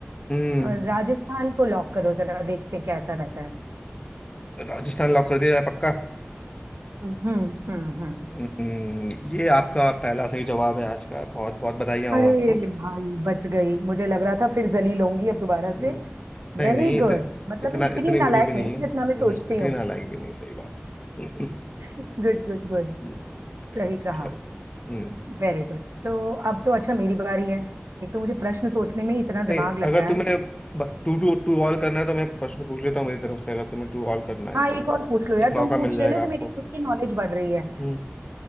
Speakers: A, on the left; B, on the right.
A: हम्म
B: और राजस्थान को लॉक करो जरा देखते हैं कैसा रहता है
A: राजस्थान लॉक कर दिया जाए पक्का
B: हम्म हम्म हम्म
A: हम्म, ये आपका पहला सही जवाब है आज का बहुत बहुत बधाइयाँ
B: अरे
A: हो आपको
B: भाई बच गई मुझे लग रहा था फिर जलील होंगी अब दोबारा से
A: हम्म, नहीं
B: वेरी
A: नहीं
B: गुड
A: इत,
B: मतलब
A: इतना
B: मैं इतनी
A: इतनी
B: नालायक
A: बुरी भी नहीं
B: नहीं हूँ,
A: है
B: जितना
A: हम्म,
B: मैं सोचती
A: इतनी
B: हूँ
A: नालायक भी नहीं सही बात हम्म,
B: Good good good
A: जी,
B: सही कहा
A: चलो हम्म,
B: वेरी गुड तो अब तो अच्छा मेरी बारी है एक तो मुझे प्रश्न सोचने में ही इतना
A: नहीं
B: दिमाग लग
A: अगर
B: रहा
A: तुम्हें
B: है
A: टू टू टू ऑल करना है तो मैं प्रश्न पूछ लेता हूँ मेरी तरफ से अगर तुम्हें टू ऑल करना है
B: हाँ एक
A: तो
B: और पूछ लो यार
A: एक मौका
B: तुम पूछ
A: मिल जाएगा
B: रहे हो ना तो
A: आपको
B: मेरी खुद की नॉलेज बढ़ रही है
A: हम्म